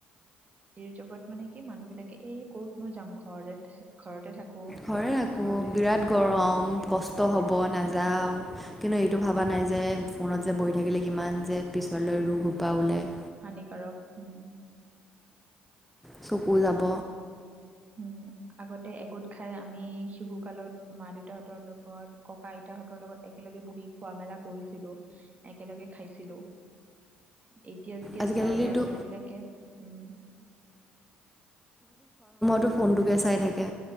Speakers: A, on the right (about 30°); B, in the centre.
A: যুগত মানে কি মানুহ বিলাকে এই ক'তনো যাম ঘৰতে- ঘৰতে থাকো।
B: হয়, আকৌ
A: ঘৰতে থাকিম
B: বিৰাট
A: কি
B: গৰম
A: কৰিম সেইটোৱে
B: কষ্ট হ'ব
A: উম
B: নাযাওঁ। কিন্তু এইটো ভবা নাই যে
A: উম
B: ফোনত যে বহি থাকিলে কিমান যে পিছলৈ ৰোগ হোপা উলাই।
A: হানিকাৰক হু'ম।
B: চকু যা ব।
A: উ'ম আগতে এগোট খাই আমি শিশু কালত মা- দেউতাহঁতৰ লগত ককা- আইতাহঁতৰ লগত একেলগে বহি খোৱা মেলা কৰিছিলো। একেলগে খাইছিলো। এতিয়া -যেতিয়া
B: আজিকালিতো
A: চাও ল'ৰা ছোৱালী বিলাকে উ'ম
B: টো ফোনটোকে চাই থাকে।